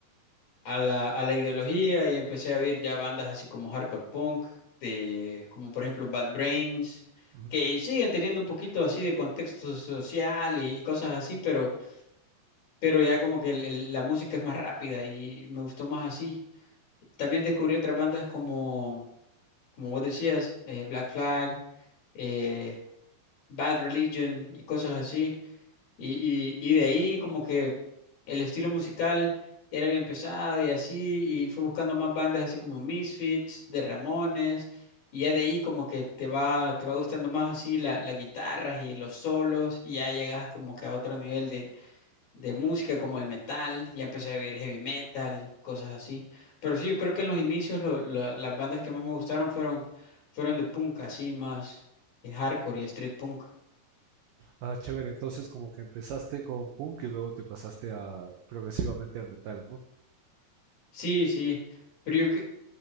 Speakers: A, on the left; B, on the right.
A: a la, a la ideología y empecé a oír ya bandas así como hardcore punk, de, como por ejemplo Bad Brains,
B: ujú.
A: que siguen teniendo un poquito así de contexto social y, y cosas así, pero, pero ya como que el- el- la música es más rápida y me gustó más así. También descubrí otras bandas como, como vos decías, eh, Black Flag, eh, Bad Religion y cosas así Y, y, y de ahí como que el estilo musical era bien pesado y así, y fue buscando más bandas así como Misfits, de Ramones, y ya de ahí como que te va, te va gustando más así la, las guitarras y los solos, y ya llegas como que a otro nivel de, de música como el metal, ya empecé a oír heavy metal, cosas así. Pero sí, yo creo que en los inicios lo- la- las bandas que más me gustaron fueron, fueron de punk, así más eh, hardcore y street punk.
B: Ah, chévere. Entonces, como que empezaste con punk y luego te pasaste a progresivamente al metal, ¿no?
A: Sí, sí, pero yo que